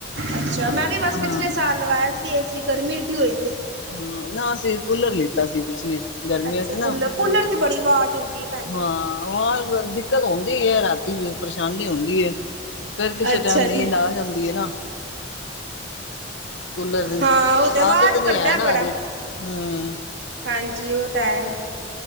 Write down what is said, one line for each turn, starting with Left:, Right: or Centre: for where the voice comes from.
Right: ਅੱਛਾ ਮੈਂ ਵੀ ਬਸ
Left: ਹਾਂ
Right: ਪਿਛਲੇ
Left: ਹਾਂ
Right: ਸਾਲ ਲਵਾਇਆ ਐਸੀ ਗਰਮੀ ਏਡੀ ਹੋ ਦੀ ਹੈ
Left: ਹਮ ਨਾ ਅਸੀਂ ਕੂਲਰ ਲਿੱਤਾ ਸੀ ਪਿਛਲੀ ਗਰਮੀਆਂ
Right: ਅੱਛਾ
Left: ਚ ਨਾ
Right: ਕੂਲਰ ਕੂਲਰ ਦੀ ਬੜੀ ਆਵਾਜ਼ ਹੁੰਦੀ ਹੈ ਭੈਣ ਜੀ
Left: ਹਾਂ ਦਿੱਕਤ ਹੁੰਦੀ ਹੈ ਰਾਤੀ ਵੀ ਪਰੇਸ਼ਾਨੀ ਹੁੰਦੀ ਹੈ ਫੇਰ ਕਿਸੇ
Right: ਅੱਛਾ
Left: ਟਾਈਮ ਨੀਂਦ
Right: ਜੀ
Left: ਆ ਜਾਂਦੀ ਹੈ ਨਾ ਕੂਲਰ ਦੀ
Right: ਹਾਂ ਉਹ ਤੇ ਆਵਾਜ਼
Left: ਆਦਤ ਨੀ
Right: ਕਰਦਾ
Left: ਹੈ ਨਾ
Right: ਬੜਾ
Left: ਅਜੇ ਹਮ
Right: ਹਾਂਜੀ ਉਹ ਤਾਂ ਹੈ